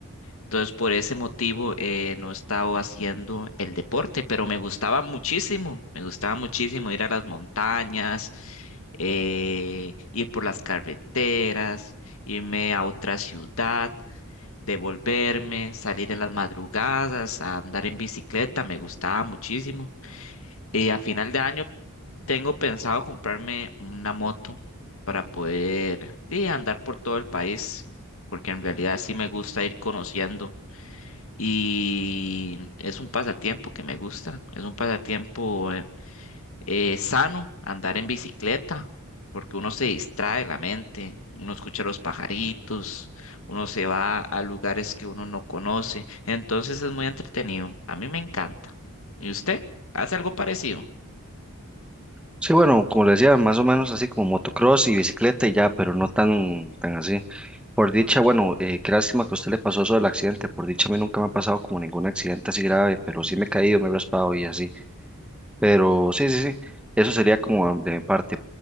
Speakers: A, on the left; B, in the centre.
A: Entonces por ese motivo eh, no he estado haciendo el deporte, pero me gustaba muchísimo, me gustaba muchísimo ir a las montañas, eh, ir por las carreteras, irme a otra ciudad devolverme, salir en las madrugadas, a andar en bicicleta, me gustaba muchísimo. Y a final de año tengo pensado comprarme una moto para poder de, andar por todo el país, porque en realidad sí me gusta ir conociendo y es un pasatiempo que me gusta, es un pasatiempo eh, eh, sano andar en bicicleta, porque uno se distrae la mente, uno escucha los pajaritos, uno se va a lugares que uno no conoce, entonces es muy entretenido, a mí me encanta. ¿Y usted? ¿Hace algo parecido?
B: Sí, bueno, como les decía, más o menos así como motocross y bicicleta y ya, pero no tan, tan así. Por dicha, bueno, eh, qué lástima que a usted le pasó eso del accidente. Por dicha, a mí nunca me ha pasado como ningún accidente así grave, pero sí me he caído, me he raspado y así. Pero sí, sí, sí, eso sería como de mi parte.